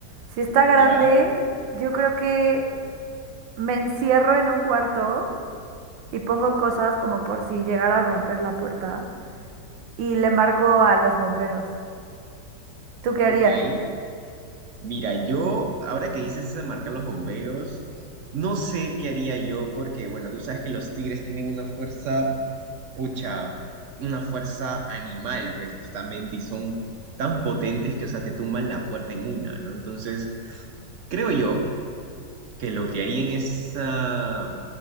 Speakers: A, on the right (about 85°); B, on the right (about 60°).
A: Si está grande,
B: Ya,
A: yo creo que me encierro en un cuarto y pongo cosas como por si llegara a romper la puerta y le marco a los bomberos. ¿Tú qué harías?
B: ok. Mira, yo, ahora que dices eso de marcar los bomberos, no sé qué haría yo porque, bueno, tú sabes que los tigres tienen una fuerza, pucha, una fuerza animal, pues justamente, y son tan potentes que, o sea, te tumban la puerta en una, ¿no? Entonces, creo yo que lo que haría en esa,